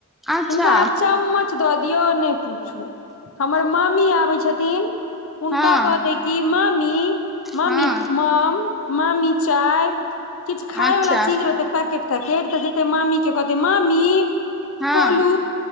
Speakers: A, in the centre; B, on the left (about 65°).
A: अच्छा
B: हिनका चम्मच द क्यो नै पूछ, हमर मामी आबे छथिन, हुनका
A: हँ
B: कहतियनि कि मामी मामी
A: हँ
B: माम मामी चाय किछु खाय
A: अच्छा
B: वाला चीज रहते पैकेट तैकेट तऽ कहते मामी के कहते मामी
A: हँ
B: कोलू